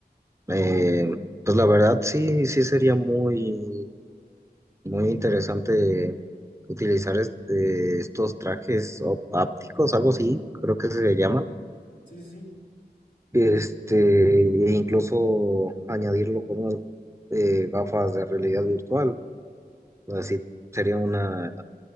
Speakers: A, on the right; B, on the left.
A: Eh, pues la verdad sí, sí sería muy, muy interesante utilizar este, estos trajes op- ápticos, algo así, creo que se llaman.
B: Sí, sí, sí.
A: Este, e incluso añadirlo con unas eh, gafas de realidad virtual. Así sería una,